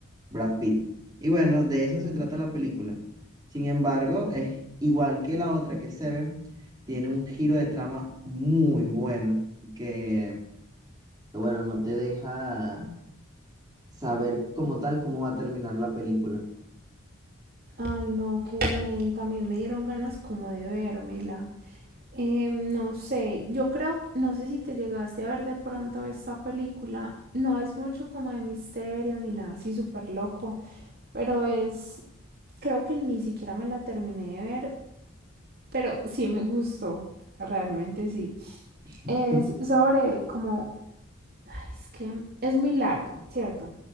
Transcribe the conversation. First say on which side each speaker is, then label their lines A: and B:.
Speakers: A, on the right; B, on the right.
A: Brad Pitt. Y bueno, de eso se trata la película. Sin embargo, es igual que la otra que Seven tiene un giro de trama muy bueno, que, bueno, no te deja saber como tal cómo va a terminar la película.
B: Ay, no, qué bien, también me dieron ganas como de vérmela. Eh, no sé, yo creo, no sé si te llegaste a ver de pronto esta película, no es mucho como de misterio ni nada así súper loco, pero es, creo que ni siquiera me la terminé de ver, pero sí me gustó, realmente sí.
A: <laughs>
B: Es sobre como, ay, es que es muy larga, ¿cierto?